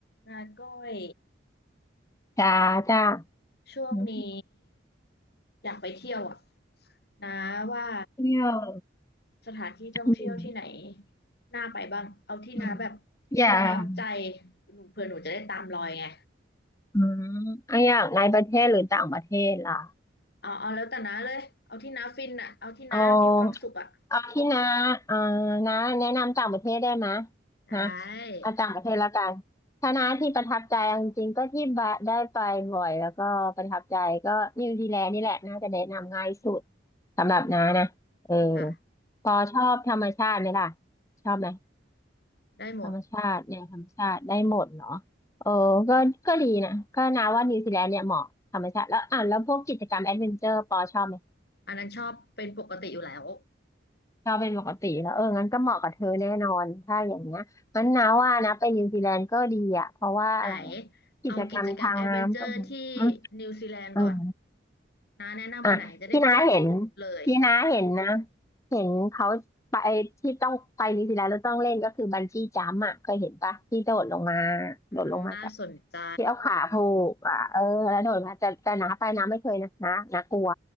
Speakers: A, on the left (about 55°); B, on the left (about 15°).
A: นาก้อย
B: จ้าจ้า
A: ช่วงนี้
B: อืม
A: อยากไปเที่ยวอ่ะนาว่า
B: เที่ยว
A: สถานที่ท่องเที่ยวที่ไหน
B: อืม
A: น่าไปบ้างเอาที่นาแบบ
B: อืมอย่าง
A: ประทับใจหนูเผื่อหนูจะได้ตามรอยไง
B: อืมเอาอย่างในประเทศหรือต่างประเทศล่ะ
A: เอาเอาแล้วแต่นาเลยเอาที่นาฟินอ่ะเอาที่นามีความสุขอ่ะ
B: เอาเอาที่น้าเอ่อน้าแนะนำต่างประเทศได้ไหมย
A: ได
B: นะเอาต่างประเทศแล้วกันถ้าน้าที่ประทับใจเอาจริงๆก็ที่บะได้ไปบ่อยแล้วก็ประทับใจก็นิวซีแลนด์นี่แหละน่าจะแนะนำง่ายสุด
A: ้
B: สำหรับน้านะเออ
A: ค่ะ
B: พอชอบธรรมชาติไหมล่ะชอบไหม
A: ได้หมด
B: ธรรมชาติเนี่ยธรรมชาติได้หมดเนาะเออก็ก็ดีนะก็นาว่านิวซีแลนด์เนี่ยเหมาะธรรมชาติแล้วอ่ะแล้วพวกกิจกรรมแอดเวนเจอร์ปอชอบไหม
A: อันนั้นชอบเป็นปกติอยู่แล้ว
B: ชอบเป็นปกติแล้วเอองั้นก็เหมาะกับเธอแน่นอนถ้าอย่างเงี้ยงั้นนาว่านะไปนิวซีแลนด์ก็ดีอ่ะเพราะว่าอะไรอ่ะกิจกรรมทางน้ำก็มีอืม
A: ไหนเอากิจกรรมแอดเวนเจอร์ที่นิวซีแลนด์ก่อน
B: อืม
A: นาแนะนำอันไหนจะได้จด
B: อ่ะที่น้าเห็น
A: เลย
B: ที่น้าเห็นนะเห็นเขาไปที่ต้องไปนิวซีแลนด์แล้วต้องเล่นก็คือบันจี้จัมป์อ่ะเคยเห็นปะที่โดดลงมา
A: อืมน่าสนใจ
B: โดดลงมาจากที่เอาขาผูกอ่ะเออแล้วโดดมาแต่แต่น้าไปน้าไม่เคยนะน้าน้ากลัว